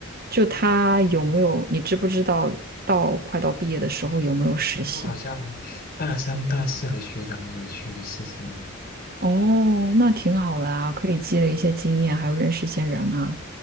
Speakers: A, on the right (about 45°); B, on the left (about 45°).
A: 就它有没有，你知不知道到快到毕业的时候有没有实习？
B: 我听说好像大三、大四的学长有去实习呢。
A: 哦，那挺好的啊，可以积累一些经验，还有认识一些人啊。